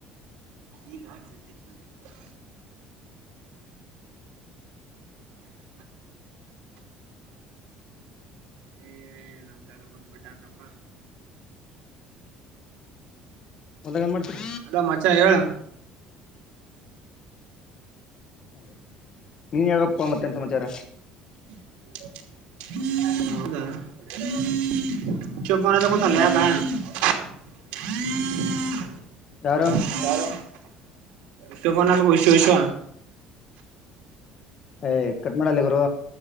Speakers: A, on the right; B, on the left.
A: ಈ <unintelligible>
B: <inaudible>
A: <unintelligible> ಏ ಹೇಳ ಅಂತ ಎಲ್ಲ ಬಿಟ್ಬಿಟ್ಟ ಹಾಕಪ್ಪ.
B: ಹೊಲ್ದಾಗ ಏನ್ ಮಾಡ್ತೀರಿ
A: ಅಲೋ ಮಚಾ ಹೇಳ.
B: ಹೌದಾ ನೀನ್ ಹೇಳ್ಬೇಕಕ್ ಮತ್ತೆನ್ ಸಮಾಚಾರ.
A: <unintelligible> ಹೌದ. <unintelligible> <unintelligible>
B: ಯಾರು
A: ಯಾರು. <unintelligible>
B: ಏ ಕಟ್್ಮಲ್ಲಿ ಗರು